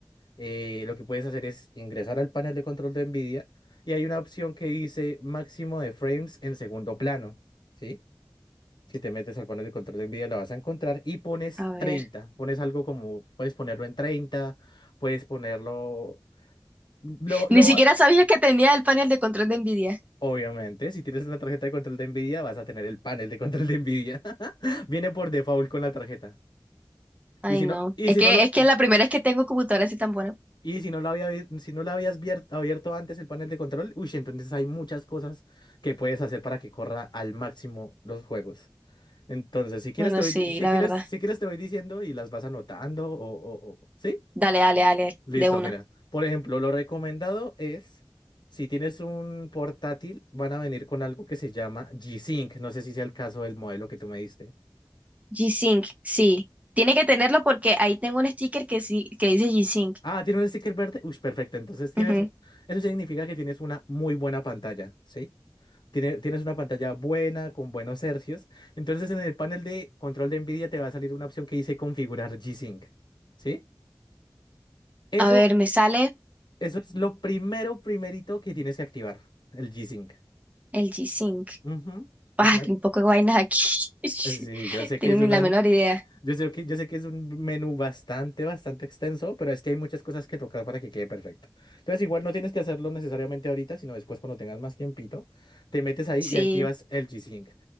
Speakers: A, on the left; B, on the right.
A: eh, lo que puedes hacer es ingresar al panel de control de NVIDIA y hay una opción que dice máximo de frames en segundo plano, ¿sí? Si te metes al panel de control de NVIDIA lo vas a encontrar y pones
B: A ver.
A: 30, pones algo como, puedes ponerlo en 30, puedes ponerlo, lo, lo,
B: Ni siquiera sabía que tenía el panel de control de Nvidia.
A: obviamente, si tienes una tarjeta de control de NVIDIA vas a tener el panel de control de NVIDIA, <laughs> viene por default con la tarjeta.
B: Ay,
A: Y si
B: no.
A: no, y
B: Es
A: si
B: que
A: no lo,
B: es que la primera es que tengo computadora así tan buena.
A: Y si no lo había, vi- si no lo habías vier- abierto antes el panel de control, uy, entonces hay muchas cosas que puedes hacer para que corra al máximo los juegos. Entonces, si quieres
B: Bueno,
A: te voy,
B: sí,
A: di- si
B: la
A: quieres,
B: verdad.
A: si quieres te voy diciendo y las vas anotando o, o, o- ¿sí?
B: Dale, dale, dale,
A: Listo,
B: de una.
A: mira. Por ejemplo, lo recomendado es, si tienes un portátil, van a venir con algo que se llama G-Sync. No sé si sea el caso del modelo que tú me diste.
B: G-Sync, sí. Tiene que tenerlo porque ahí tengo un sticker que sí, que dice G-Sync.
A: Ah, tiene un sticker verde. Uy, perfecto. Entonces tienes,
B: Ujú.
A: eso significa que tienes una muy buena pantalla, ¿sí? tiene- tienes una pantalla buena, con buenos hercios. Entonces, en el panel de control de NVIDIA te va a salir una opción que dice configurar G-Sync, ¿sí? Eso,
B: A ver, me sale
A: eso es lo primero, primerito que tienes que activar, el G-Sync.
B: el G-Sync. <laughs>
A: Ujú.
B: Bah,
A: Es una-
B: que un poco de vainas aquí. <laughs>
A: eh, Sí, yo sé
B: Tengo
A: que es
B: ni
A: una,
B: la menor idea.
A: yo sé que, yo sé que es un menú bastante, bastante extenso, pero es que hay muchas cosas que tocar para que quede perfecto. Entonces, igual no tienes que hacerlo necesariamente ahorita, sino después cuando tengas más tiempito, te metes ahí
B: Sí,
A: y activas el G-Sync.